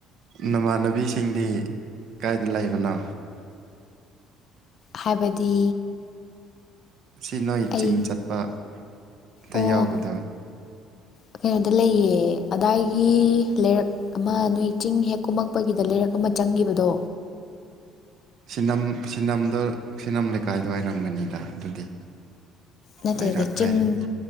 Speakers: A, on the right; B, on the left.
A: ꯅꯃꯥꯟꯅꯕꯤꯁꯤꯡꯗꯤ ꯀꯥꯏꯗ ꯂꯩꯕꯅꯣ
B: ꯍꯥꯏꯕꯗꯤ
A: ꯁꯤ ꯅꯣꯏ
B: ꯑꯩ
A: ꯆꯤꯡ ꯆꯠꯄ ꯑꯗ
B: ꯑꯣ
A: ꯌꯥꯎꯕꯗꯣ
B: ꯀꯩꯅꯣꯗ ꯂꯩꯌꯦ ꯑꯗꯥꯏꯒꯤ ꯂꯩꯔꯛ ꯑꯃ ꯅꯣꯏ ꯆꯤꯡ ꯍꯦꯛ ꯀꯨꯝꯃꯛꯄꯒꯤꯗ ꯂꯩꯔꯛ ꯑꯃ ꯆꯪꯈꯤꯕꯗꯣ
A: ꯁꯤꯅꯝ ꯁꯤꯅꯝꯗ ꯁꯤꯅꯝ ꯂꯩꯀꯥꯏꯗ ꯑꯣꯏꯔꯝꯒꯅꯤꯗ ꯑꯗꯨꯗꯤ
B: ꯅꯠꯇꯦꯗ‌ꯦ
A: ꯂꯩꯔꯛ
B: ꯆꯤꯡ
A: ꯍꯥꯏꯔꯗꯤ